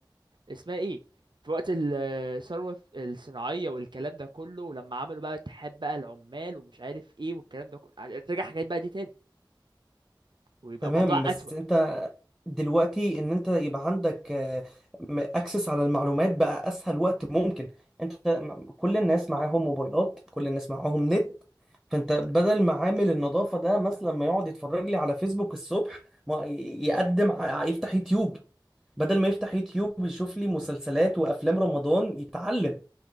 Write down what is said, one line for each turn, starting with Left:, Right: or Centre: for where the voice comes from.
Right: اسمها ايه في وقت ال- الثورة الصناعية والكلام ده كله ولما عملوا بقى اتحاد بقى العمال ومش عارف ايه والكلام ده كله ترجع حاجات بقى دي تاني ويبقى
Centre: تمام
Right: الموضوع
Centre: بس
Right: أسوأ
Centre: انت دلوقتي ان انت يبقى عندك اكسس على المعلومات بقى اسهل وقت ممكن انت م- كل الناس معاهم موبايلات كل الناس معاهم نت فانت بدل ما عامل النظافه ده مثلا ما يقعد يتفرج لي على فيسبوك الصبح ما ي- يقدم ع- يفتح يوتيوب بدل ما يفتح يوتيوب ويشوف لي مسلسلات وافلام رمضان يتعلم